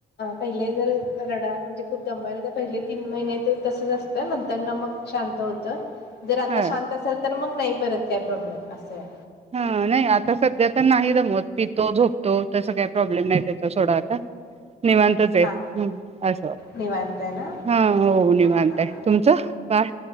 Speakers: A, on the left (about 60°); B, on the right (about 35°).
A: पहिले जर रडा म्हणजे खूप दमवाला तर पहिले तीन महिने तसच असतं नंतर न मक शांत होतं. जर आता
B: हा
A: शांत असेल तर मग नाही. परत काय प्रॉब्लेम असा आहे.
B: हा नाही आता सध्या तर नाही जमत. पितो झोपतो तसं काय प्रॉब्लेम नाही त्या सोडाात. हओ. <unintelligible> निवांतच आहे
A: हा
B: असं,
A: निवांत आहे ना
B: हा हो निवांत
A: हा हा
B: आहे. तुमचं बाळ?